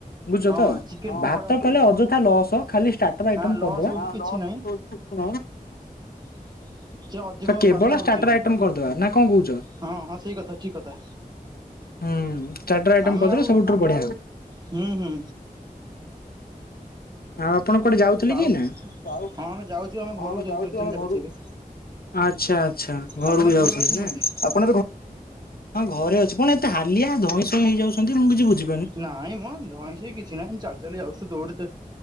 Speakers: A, on the left; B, on the right.
A: ବୁଝଛ
B: ହଁ
A: ତ
B: ଚିକେନ
A: ଭାତ
B: ପକୋଡା
A: କଲେ ଅଯଥା ଲସ ଖାଲି ଷ୍ଟାଟର ଆଇଟ
B: ହଁ ଲସ୍
A: ହଁ
B: ହଉଛି କିଛି ନାହିଁ
A: ଲସ-
B: <inaudible>
A: କେବଳ
B: ପାଲା ହଉଛି
A: ଷ୍ଟାର୍ଟ
B: ଆଜି।
A: ଆଇଟମ କରିଦେବା ନା କଣ କହୁଛ?
B: ହଁ ହଁ ସେଇ କଥା ଠିକ୍ କଥା
A: ହୁଁ ଷ୍ଟାଟର ଆଇଟମ
B: ଆମେ
A: କରିଦେଲେ
B: ଆଉ
A: ସବୁଠାରୁ ବଢିଆ ଆଉ
B: ହୁଁ ହୁଁ
A: ଆପଣ ଯାଉଥିଲେ
B: ଆଉ
A: କି ଏଇନା ଆଉ।
B: ହଁ ଆମେ ଯାଉଛୁ ଘରକୁ
A: ହଁ ଆମେ
B: ଯାଉ
A: ଯାଉଛ
B: ଚାଲି ଚାଲି
A: ଆମ
B: ଯାଉଛୁ ଏବେ
A: ଆଛା ଆଛା ଘରକୁ
B: ଆପଣ ଏବେ
A: ଯାଉଛନ୍ତି
B: ଘରେ ଅଛନ୍ତି
A: ନା
B: ବୋଧେ?
A: ଆପଣ? ହଁ ଘରେ ଅଛି କଣ ଏତେ ହାଲିଆ ଧଇଁ ସଇଁ ହେଇଯାଉଛନ୍ତି ମୁଁ କିଛି ବୁଝିବି।
B: ନାଇଁ ମ ଧଇଁ ସେଇ କିଛି ନହିଁ ଚାଲି ଚାଲି ଯାଉଛ ଦୌଡି